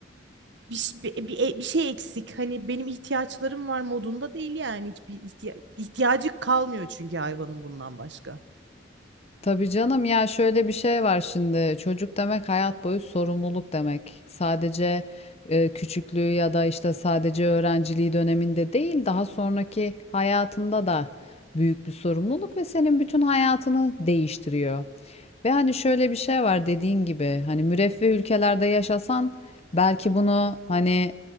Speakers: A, on the right; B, on the left.
A: bir, ş- bir, bir, e, bir şey eksik hani benim ihtiyaçlarım var modunda değil yani hiçbir ihtiya- ihtiyacı kalmıyor çünkü hayvanın bundan başka.
B: Tabii canım ya şöyle bir şey var şimdi çocuk demek hayat boyu sorumluluk demek. Sadece e, küçüklüğü ya da işte sadece öğrenciliği döneminde değil daha sonraki hayatında da büyük bir sorumluluk ve senin bütün hayatını değiştiriyor. Ve hani şöyle bir şey var dediğin gibi hani müreffeh ülkelerde yaşasan belki bunu hani